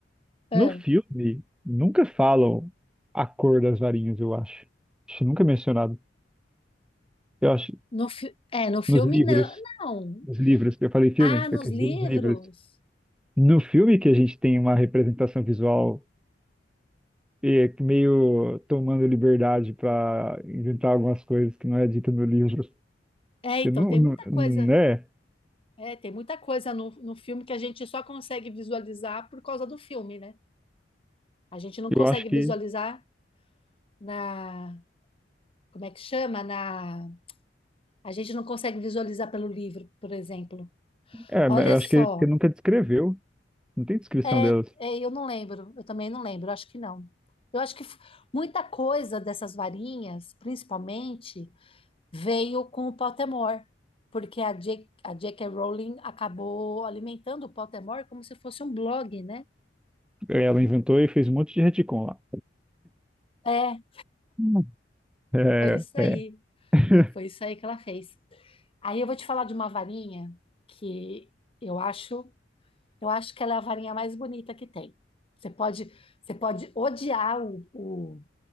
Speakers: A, on the left; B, in the centre.
A: ah,
B: No filme, nunca falam a cor das varinhas, eu acho. Acho nunca é mencionado. Eu acho,
A: no, fi- é, no filme
B: nos livros,
A: não, não.
B: nos livros, eu falei filme,
A: Ah, nos
B: eu quis
A: livros.
B: dizer nos livros. No filme que a gente tem uma representação visual é, que meio tomando liberdade para inventar algumas coisas que não é dita no livro.
A: É, então,
B: Eu não,
A: tem
B: não,
A: muita coisa.
B: né?
A: É, tem muita coisa no, no filme que a gente só consegue visualizar por causa do filme, né? A gente não
B: Eu
A: consegue
B: acho que,
A: visualizar na, como é que chama? Na A gente não consegue visualizar pelo livro, por exemplo.
B: é,
A: Olha
B: eu
A: só.
B: acho que, que nunca descreveu. Não tem descrição
A: É,
B: delas.
A: é, eu não lembro. Eu também não lembro. Acho que não. Eu acho que f- muita coisa dessas varinhas, principalmente, veio com o Pottermore, porque a J- a J. K. Rowling acabou alimentando o Pottermore como se fosse um blog, né?
B: É, Ela inventou e fez um monte de retcon lá.
A: É,
B: Hum. É,
A: foi isso aí.
B: é. <laughs>
A: Foi isso aí que ela fez. Aí eu vou te falar de uma varinha que eu acho Eu acho que ela é a varinha mais bonita que tem. Você pode, você pode odiar o, o,